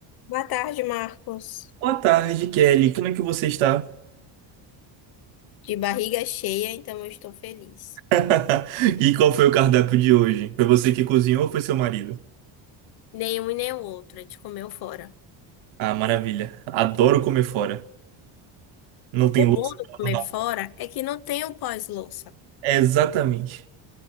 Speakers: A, on the left; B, on the right.
A: Boa tarde, Marcos.
B: Boa tarde, Kelly. Como é que você está?
A: De barriga cheia, então eu estou feliz.
B: <laughs> E qual foi o cardápio de hoje? Foi você que cozinhou ou foi seu marido?
A: Nenhum e nem o outro, a gente comeu fora.
B: Ah, maravilha. Adoro comer fora. Não tem
A: O
B: louça.
A: bom do
B: pra
A: comer
B: lavar.
A: fora é que não tem o pós-louça.
B: É exatamente.